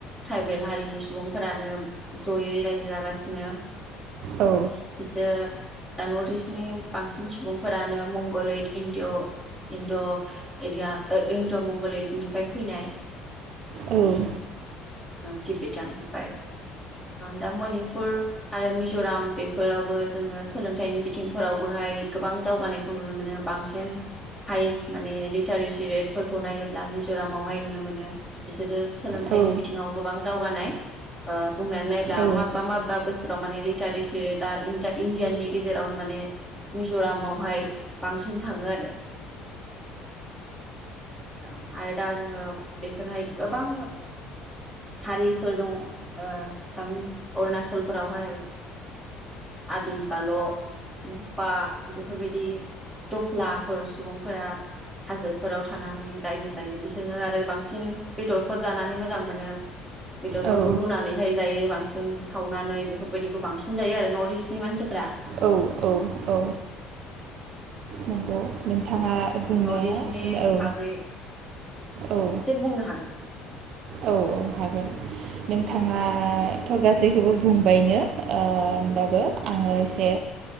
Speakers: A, in the centre; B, on the right.
A: ट्राइबेल हारिनि सुबुंफोरानो जयै रायजो जागासिनो।
B: ओ
A: फिस दा नर्थ इस्टनि बांसिन सुबुंफोरानो मंगलैद इणड इणड' एरिया इणड' मंगलैदनिफ्राय फैनाय
B: ओ
A: औ तिबेटाननिफ्राय दा मनिपुर आरो मिज'राम बेफोरावबो जोङो सोलोंथाइनि बिथिंफोरावबोहाय गोबां दावगानायखौ नुनो मोनो बांसिन हायेस्ट माने लिटारेसि रेटफोरखौ नायोब्ला मिज'रामावहाय नुनो मोनो बिसोरो सोलोंथाइनि
B: ओ
A: बिथिङाव गोबां दावगानाय। अ बुंनानैनायब्ला
B: ओ
A: मबा मबेबा बोसोर माने लिटारेसि दा इणडियाननि गेजेरावनो माने मिज'रामावहाय बांसिन थाङो आरो औ आरो दा जोङो बेफोरहाय गोबां हारिफोर दङ अरुणाचलफोरावहाय आदि गाल' मफा बेफोरबायदि दफ्लाफोर सुबुंफोरा हाजोफोराव थानानै रायजो जायो बिसोरनो आरो बांसिन बेदरफोर जानानै मोजां मोनो बेदरफोरखौ
B: ओ
A: रुनानैहाय जायो बांसिन सिं सावनानै बेफोरबायदिखौ बांसिन जायो आरो नर्थ इस्ट मानसि
B: औ औ औ नंगौ नोंथाङा बुंनाया
A: नर्थ इस्टनि
B: औ
A: बागै
B: औ
A: एसे बुंनो हागोन
B: औ औ हागोन नोंथां।
A: दे
B: गासैखौबो बुंबायनो होनबाबो आङो एसे